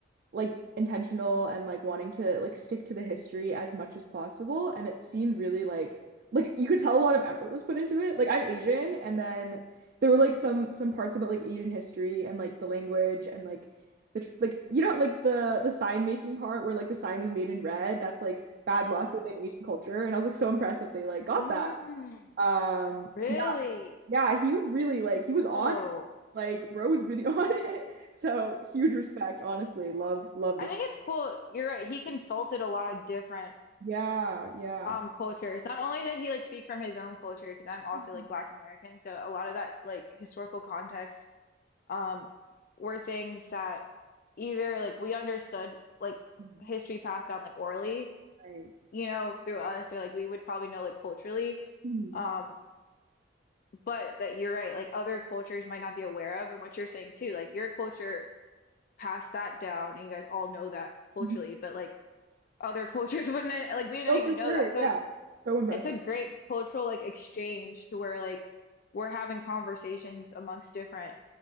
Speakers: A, on the right; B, on the left.
A: like intentional and like wanting to like stick to the history as much as possible and it seemed really like like you could tell a lot of effort was put into it like I'm Asian and then there were like some some parts about like Asian history and like the language and like the tr- like you know like the the sign making part where like the sign was made in red that's like bad
B: hmm
A: luck within Asian culture and I was like so impressed that they like got
B: Mm,
A: that um
B: really?
A: yeah yeah he was really like he was
B: Whoa.
A: on it. like bro was really <laughs> on it so huge respect honestly love love this
B: I think it's cool. You're right. He consulted a lot of different
A: Yeah, yeah.
B: um cultures. Not only did he like speak from his own culture, because I'm also
A: Mhm.
B: like Black American, so a lot of that like historical context um were things that either like we understood like
A: Mhm.
B: history passed down like orally
A: Right.
B: you know, through us or like we would probably know like culturally.
A: Mhm.
B: Um, but that you're right, like other cultures might not be aware of, and what you're saying too, like your culture passed that down, and you guys all know that culturally,
A: Mhm.
B: but like other cultures <laughs> wouldn't like we didn't
A: Oh,
B: even
A: for
B: know
A: sure.
B: that. So
A: Yeah.
B: it's
A: So impressive,
B: it's a great cultural like exchange to where like we're having conversations amongst different